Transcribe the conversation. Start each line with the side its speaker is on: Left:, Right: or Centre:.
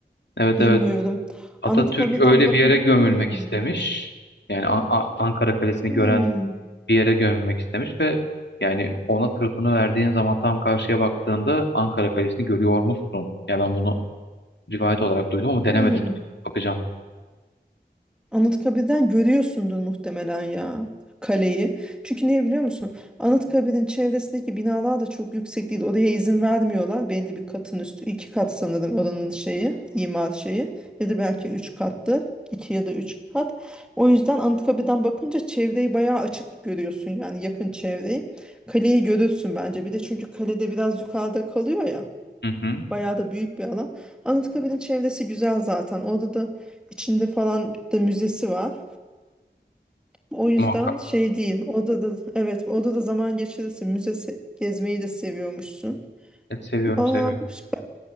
Left: Evet
Centre: Bilmiyorum.
Left: evet. Atatürk
Centre: Anıtkabir'den
Left: öyle
Centre: bak.
Left: bir yere gömülmek
Centre: Hmm,
Left: istemiş. Yani A- A- Ankara Kalesi'ni
Centre: hmm,
Left: gören bir yere gömülmek istemiş ve yani ona sırtını verdiğin zaman tam karşıya baktığında Ankara Kalesi'ni görüyormuşsun. Ya ben bunu rivayet olarak duydum ama
Centre: hmm.
Left: denemedim. Bakacağım.
Centre: Anıtkabir'den görüyorsundur muhtemelen ya kaleyi. Çünkü niye biliyor musun? Anıtkabir'in çevresindeki binalar da çok yüksek değil. Oraya izin vermiyorlar. Belli bir katın üstü. iki kat sanırım oranın şeyi, imar şeyi. Ya da belki üç kattı. iki ya da üç kat. O yüzden Anıtkabir'den bakınca çevreyi bayağı açık görüyorsun yani yakın çevreyi. Kaleyi görürsün bence. Bir de çünkü kalede biraz yukarıda kalıyor ya.
Left: Hı hı.
Centre: Bayağı da büyük bir alan. Anıtkabir'in çevresi güzel zaten. Orada da içinde falan da müzesi var. O yüzden
Left: Muhakkak.
Centre: şey değil. Orada da evet orada da zaman geçirirsin. Müzesi gezmeyi de seviyormuşsun.
Left: Evet, seviyorum
Centre: Aa
Left: seviyorum.
Centre: süper.